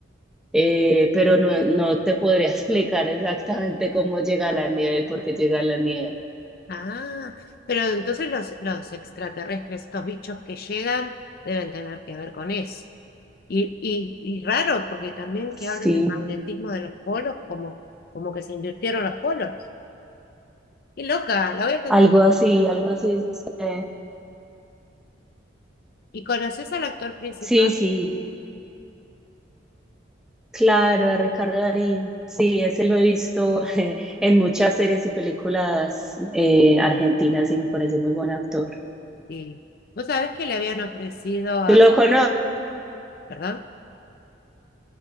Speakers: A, in the centre; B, on the left (about 50°).
A: eh, pero no, no te podría <laughs> explicar exactamente cómo llega la nieve y por qué llega la nieve.
B: Ah, pero entonces los, los extraterrestres, estos bichos que llegan, deben tener que ver con eso. Y, y, y raro, porque también que
A: Sí,
B: hablen del magnetismo de los polos, como, como que se invirtieron los polos. Qué loca, la voy a tener.
A: algo así, algo así sucede.
B: ¿Y conoces al actor principal?
A: Sí, sí, claro, a Ricardo Darín. Sí, ese lo he visto <laughs> en muchas series y películas eh, argentinas y me parece muy buen actor.
B: Sí. ¿Vos sabés que le habían ofrecido a...
A: ¿Tú lo cono-
B: ¿Perdón?